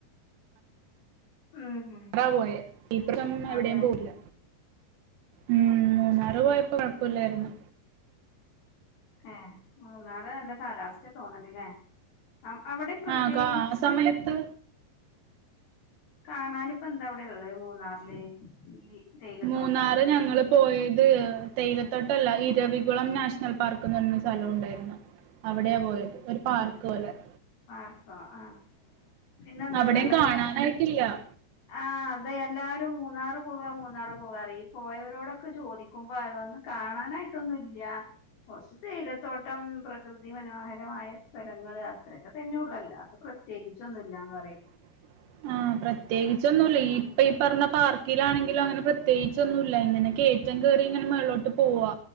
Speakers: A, on the left (about 60°); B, on the right (about 80°).
A: ഉം
B: അവിടാ പോയെ ഈ പ്രവശ്യം എവിടേം
A: അതെ
B: പോയില്ല. ഉം മൂന്നാറ് പോയപ്പോ കൊഴപ്പല്ലായിരുന്നു.
A: ഏഹ് മൂന്നാറ് നല്ല കാലാവസ്ഥേ തോന്ന്ണ്ട് ല്ലേ- അം അവിടെ പ്രത്യേകിച്ച്
B: ആഹ് കാ ആ സമയത്ത്
A: കാണാനിപ്പൊന്താ അവിടെ ഇള്ളെ മൂന്നാറില് ഈ- തേയിലത്തോട്ടോ
B: മൂന്നാറ് ഞങ്ങള് പോയത് തേയിലത്തോട്ടല്ല ഇരവികുളം നാഷണൽ പാർക്ക്ന്ന് പറഞ്ഞൊരു സ്ഥലംണ്ടായിരുന്നു. അവിടെയാ പോയത് ഒരു പാർക്ക് പോലെ-
A: പർക്കോ ആഹ് പിന്നെന്താ
B: അവിടെയും
A: അവിടെയുള്ളെ എല്ലാരും
B: കാണാനായിട്ടില്ല
A: ആഹ് അതെ എല്ലാരും മൂന്നാറ് പോക മൂന്നാറ് പോക പറേം ഈ പോയവരോടൊക്കെ ചോദി ക്ക്പോ അവര് വന്ന് കാണാനായിട്ടൊന്നും ഇല്ല, കൊറച്ച് തേയിലത്തോട്ടം പ്ര പ്രകൃതി മനോഹരമായ സ്ഥലങ്ങൾ, അത്രക്കെ തന്നെയൊള്ള് അല്ലാതെ പ്രത്യേകിച്ചൊന്നുമില്ലാന്ന് പറയും.
B: <inaudible> ആഹ് പ്രത്യേകിച്ച് ച്ചൊന്നുല്ല. ഇപ്പൊ ഈ പറഞ്ഞ പാർക്കിലണെങ്കിലും. അങ്ങനെ പ്രതേകിച്ചൊന്നുല്ല. ഇങ്ങനെ കയറ്റം കയറി ഇങ്ങന മേൾ പോവാ,